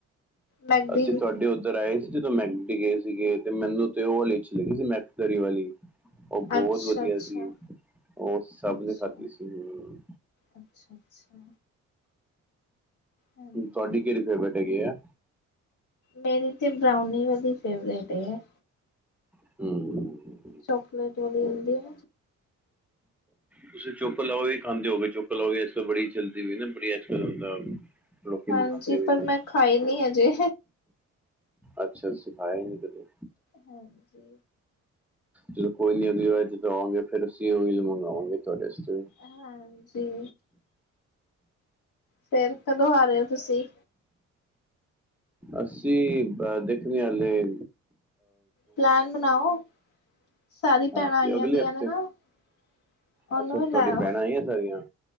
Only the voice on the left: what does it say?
ਮੈਗਡੀ
ਦੀ
ਅੱਛਾ,
ਅੱਛਾ,
ਅੱਛਾ।
ਅੱਛਾ, ਅੱਛਾ ਹਾਂਜੀ।
ਮੇਰੀ ਤੇ ਬਰਾਉਨੀ ਵਾਲੀ ਫੇਵਰੇਟ ਹੈ।
ਚੋਕਲੇਟ ਵਾਲੀ ਹੁੰਦੀ ਆ।
ਹਾਂਜੀ,
ਪਰ
ਮੈਂ ਖਾਈ ਨੀ ਅਜੇ।
ਹਾਂਜੀ।
ਹਾਂਜੀ। ਫੇਰ ਕਦੋਂ ਆ ਰਹੇ ਹੋ ਤੁਸੀਂ?
ਪਲੈਨ ਬਣਾਓ, ਸਾਰੀ
ਭੈਣਾਂ ਆਈਆਂਦੀਆਂ
ਨੇ ਨਾ। ਉਹ ਓਨੂੰ
ਵੀ
ਲੈਓ